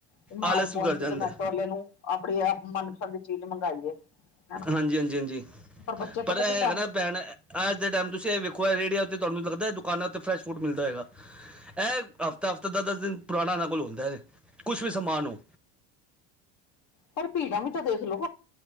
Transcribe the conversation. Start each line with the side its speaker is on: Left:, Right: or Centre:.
Left: ਸਮਾਰਟ
Centre: ਆਲਸ
Left: ਫੋਨ
Centre: ਵੀ ਕਰ
Left: ਵਿੱਚ
Centre: ਜਾਂਦਾ
Left: ਜਮਾਇਟੋ ਆਲੇ ਨੂੰ ਆਪਣੀ ਮਨਪਸੰਦ ਚੀਜ਼ ਮੰਗਾਈਏ। ਹਨਾ
Centre: ਹਾਂਜੀ-ਹਾਂਜੀ, ਹਾਂਜੀ,
Left: ਬੱਚੇ
Centre: ਪਰ
Left: ਪਤਾ
Centre: ਇਹ
Left: ਕੀ
Centre: ਹੈਗਾ
Left: ਕਰ
Centre: ਨਾ ਭੈਣ ਅੱਜ ਦੇ ਟੈਮ ਤੁਸੀਂ ਇਹ ਵੇਖੋ ਇਹ ਰੇੜੀਆਂ ਉੱਤੇ ਤੁਹਾਨੂੰ ਲੱਗਦਾ ਦੁਕਾਨਾਂ ਉੱਤੇ ਫਰੈਸ਼ ਫੂਡ ਮਿਲਦਾ ਹੈਏਗਾ? ਇਹ ਹਫ਼ਤਾ-ਹਫ਼ਤਾ ਦਸ-ਦਸ ਦਿਨ ਪੁਰਾਣਾ ਇਹਨਾਂ ਕੋਲ ਹੁੰਦਾ ਕੁੱਛ ਵੀ ਸਮਾਨੋ।
Left: ਪਰ ਭੀੜਾਂ ਵੀ ਤੇ ਦੇਖਲੋ।